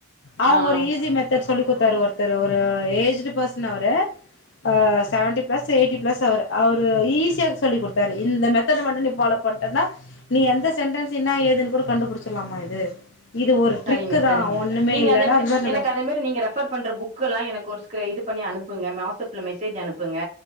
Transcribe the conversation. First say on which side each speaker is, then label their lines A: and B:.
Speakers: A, on the left (about 60°); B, on the right (about 35°).
A: அவங்க
B: ஆ.
A: ஒரு ஈஸி மெத்தட் சொல்லி குடுத்தாரு ஒருத்தர் ஒரு ஏஜ்டு பர்சன் அவரு ஆ செவன்டி பிளஸ் எயிட்டி பிளஸ் அவர் அவரு ஈஸியா சொல்லி குடுத்தாரு இந்த மெத்தடு மட்டு நீ ஃபாலோ பண்ணிட்டனா நீ எந்த சென்டென்ஸ் என்னா ஏதுன்னு கூட கண்டுபிடிச்சிடலாமா இது இது ஒரு
B: சரிங்க
A: ட்ரிக்கு
B: சரிங்க
A: தா ஒண்ணுமே
B: நீங்க
A: இல்லன்னா
B: அதே
A: அது மாரி சொல்லுங்க
B: எனக்கு அதே மாரி நீங்க ரெஃபர் பண்ற புக் புக்லா எனக்கு ஒரு இது பண்ணி அனுப்புங்க வாடஸ்அப்ல மெசேஜ் அனுப்புங்க